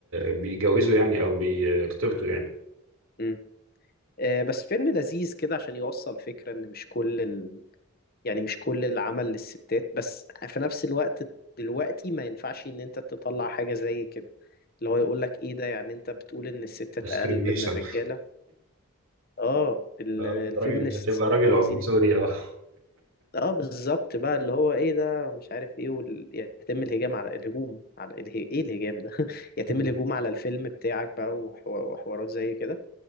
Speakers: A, on the right; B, on the left.
A: بيجوزوا يعني او بيرتبطوا يعني
B: مم. آه، بس فيلم لذيذ كده عشان يوصل فكرة ان مش كل ال... يعني مش كل العمل للستات بس في نفس الوقت دلوقتي ما ينفعش ان انت تطلع حاجة زي كده اللي هو يقول لك ايه ده يعني انت بتقول ان الستات
A: discrimination
B: اقل من الرجالة اه ال-
A: اه
B: الفيمينست
A: أنت راجل هتبقى راجل
B: بوظين
A: عنصري
B: الدنيا
A: اه
B: اه بالظبط بقى اللي هو ايه ده مش عارف ايه وال... يتم الهجام على الهجوم على اله... ايه الهجام ده <laughs> يتم
A: <laughs>
B: الهجوم على الفيلم بتاعك بقى وحو... وحوارات زي كده